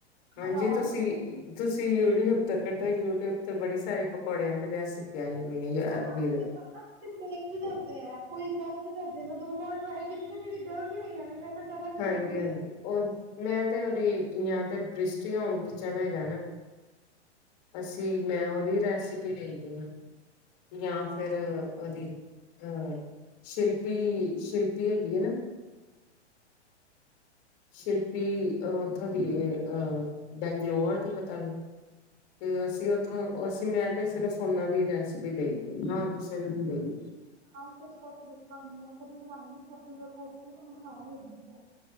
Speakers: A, on the left (about 40°); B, on the right (about 30°).
A: ਹਾਂਜੀ,
B: ਬਣਾਵਾਂਗੀ
A: ਤੁਸੀਂ
B: ਮੈਂ
A: ਤੁਸੀਂ ਯੂਟਿਊਬ ਤ ਕੱਡੋ ਯੂ ਯੂਟਿਊਬ ਤੇ ਬੜੀ ਸਾਰੇ ਪਕੌੜਿਆਂ ਦੇ ਰੈਸਪੀ ਆ। ਹੋਈ ਅਰਬੀ
B: ਹਾਂਜੀ ਆਪਾਂ ਨੂੰ ਕੁਝ ਫੇਕ ਈ ਦੱਸਦੇ ਆ ਕੋਈ ਗਲਤ ਤੁਸੀਂ ਦੱਸਦੇ ਮੈਂ ਦੋ ਵਾਰ ਟਰਾਈ ਕੀਤੀ ਨਾ ਮੇਰੀ ਗਲਤੀ ਹੋਈਆਂ ਨੇ ਮੈਂ ਫਿਰ ਜ਼ਿਆਦਾ ਨੀ
A: ਹਾਂਜੀ-
B: ਦੇਖਦੀ
A: ਹਾਂਜੀ ਉਹ ਮੈਂ ਤੇ ਉਹਦੀ ਯਾਰ। ਤੇ ਬ੍ਰਿਸ਼ਟੀ ਹੋਮ ਕਿਚਨ ਹੈਗਾ ਨਾ ਅਸੀਂ ਮੈਂ ਉਹਦੀ ਰੈਸਪੀ ਦੇਖਦੀ ਹਾਂ ਜਾਂ ਫਿਰ ਉਹਦੀ ਅਹ ਸ਼ਿਲਪੀ-ਸ਼ਿਲਪੀ ਹੈਗੀ ਆ ਨਾ। ਸ਼ਿਲਪੀ ਅਹ ਉੱਥੋਂ ਦੀ ਅਹ ਬੈਂਗਲੋੌਰ ਦੀ ਪਤਾ ਨੀ ਤੇ ਅਸੀਂ ਉੱਥੋਂ ਅਸੀਂ ਮੈਂ ਤੇ ਸਿਰਫ ਉਹਨਾਂ ਦੀ ਰੈਸਪੀ ਦੇਖਦੀ ਨਾ ਹੋਰ ਕਿਸੇ ਨੂੰ ਨੀ ਦੇਖਦੀ।
B: ਆਮ ਕੁਛ ਕਰਕੇ ਦੇਖਾਂਗੀ ਮੈਂ ਕਦੀ ਕਮਾਈ ਨੀ। ਸਰਦੀ ਦੇ ਕੋਫਤੇ ਬਣਾਵਾਂਗੇ ਅਸੀਂ ਤਾਂ।